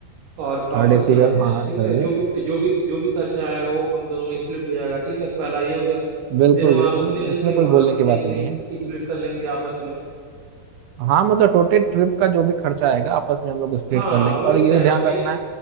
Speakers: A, on the right (about 60°); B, on the right (about 80°).
A: और प्रॉपर
B: थर्ड एसी
A: चलते
B: का
A: हैं
B: हाँ हाँ,
A: ठीक
B: कर
A: है
B: लो
A: जो भी जो भी जो भी खर्चा आएगा वो हम दोनों में स्प्लिट हो जाएगा ठीक है पहला ये हो गया
B: बिल्कुल
A: देन वहाँ
B: बिल्कुल
A: रूम ले लेंगे
B: उसमें
A: वहाँ
B: कोई बोलने
A: भी सेम
B: की बात
A: वही
B: नहीं है
A: स्प्लिट कर लेंगे आपस में
B: हाँ मतलब टोटल ट्रिप का जो भी खर्चा आएगा आपस में हम लोग स्प्लिट
A: हाँ
B: कर लेंगे
A: वही
B: और ये
A: कह रहा
B: ध्यान
A: हूँ मेरे
B: रखना है